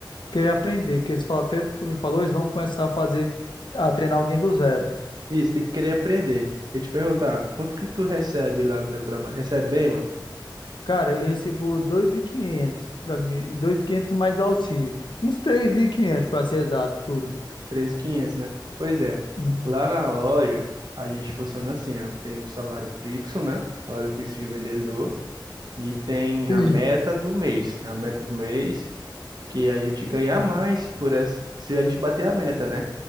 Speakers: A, on the left; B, on the right.
A: querer aprender. Que eles falam, pelo que tu me falou, eles vão começar a fazer, a treinar alguém do zero.
B: Isso, tem que querer aprender. E te perguntar, quanto que tu recebe lá no teu trabalho? Recebe bem, mano?
A: Cara, eu recebo 2.500 para mim, 2.500 mais auxílio. Uns 3.500 para ser exato, tudo.
B: treze mil e quinhentos, né? Pois é,
A: Hum.
B: lá na loja a gente funciona assim, ó, tem um salário fixo, né? Salário fixo de vendedor, E tem
A: Sim.
B: a meta do mês. né? A meta do mês que é a gente ganhar
A: Hum.
B: mais por essa, se a gente bater a meta, né?